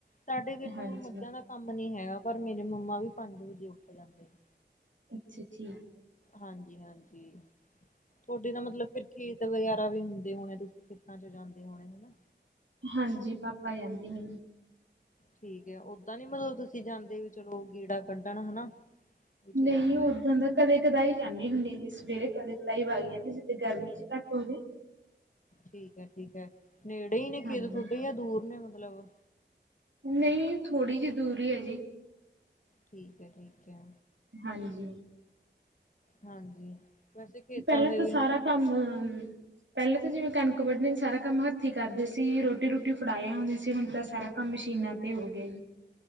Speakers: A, on the left (about 45°); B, on the right (about 80°).
A: ਸਾਡੇ ਤੇ ਫੋਨ
B: ਹਾਂਜੀ।
A: ਮੱਝਾਂ ਦਾ ਕੰਮ ਨੀ ਹੈਗਾ, ਪਰ ਮੇਰੇ ਮੰਮਾ ਵੀ ਪੰਜ ਵਜੇ ਉੱਠ ਜਾਂਦੇ ਨੇ।
B: ਅੱਛਾ, ਠੀਕ।
A: ਹਾਂਜੀ- ਹਾਂਜੀ। ਤੁਹਾਡੇ ਤਾਂ ਮਤਲਬ ਫਿਰ ਖੇਤ ਵਗੈਰਾ ਵੀ ਹੁੰਦੇ ਹੋਣੇ, ਤੁਸੀਂ ਖੇਤਾਂ 'ਚ ਜਾਂਦੇ ਹੋਣੇ ਹਨਾ?
B: ਹਾਂਜੀ ਪਾਪਾ ਜਾਂਹਦੇ ਨੇ।
A: ਠੀਕ ਹੈ, ਓਦਾਂ ਨੀ ਮਤਲਬ ਤੁਸੀਂ ਜਾਂਦੇ ਵੀ ਚਲੋ ਗੇੜਾ ਕੱਢਣ ਹਨਾ? ਵੀ ਚਲੋ
B: ਨਹੀਂ,
A: ਥੋੜਾ
B: ਓਦਾਂ
A: ਜਿਹਾ
B: ਦਾ ਕਦੇ-ਕਦਾਈ ਜਾਂਦੇ ਹੁਨੇ ਜੀ, ਸਵੇਰੇ ਕਦੇ-ਕਦਾਈ ਵਗ ਜਾਨੇ ਆ ਜਿੱਦੇ ਗਰਮੀ ਜੀ ਘੱਟ ਹੋਵੇ।
A: ਠੀਕ ਹੈ, ਠੀਕ ਹੈ, ਨੇੜੇ ਹੀ ਨੇ
B: ਹਾਂਜੀ।
A: ਖੇਤ ਤੁਹਾਡੇ ਜਾਂ ਦੂਰ ਨੇ ਮਤਲਬ?
B: ਨਹੀਂ, ਥੋੜ੍ਹੀ ਜੀ ਦੂਰ ਐ ਜੀ।
A: ਠੀਕ ਜੀ ਐ, ਠੀਕ ਐ।
B: ਹਾਂਜੀ।
A: ਹਾਂਜੀ। ਵੈਸੇ ਖੇਤਾਂ
B: ਪਹਿਲਾਂ
A: ਦੇ
B: ਤਾਂ
A: ਵੀ
B: ਸਾਰਾ
A: ਹਨਾ ਬੜਾ
B: ਕੰਮ ਪਹਿਲਾਂ ਤਾਂ ਜਿਵੇਂ ਕਣਕ ਵੱਢਣੀ ਸਾਰਾ ਕੰਮ ਹੱਥਂ ਕਰਦੇ ਸੀ ਰੋਟੀ -ਰੂਟੀ ਫੜਾਇਆ ਆਉਦੀ ਸੀ ਹੁਣ ਤਾਂ ਸਾਰਾ ਕੰਮ ਮਸ਼ੀਨਾਂ ਤੇ ਹੋ ਗਿਆ ਜੀ।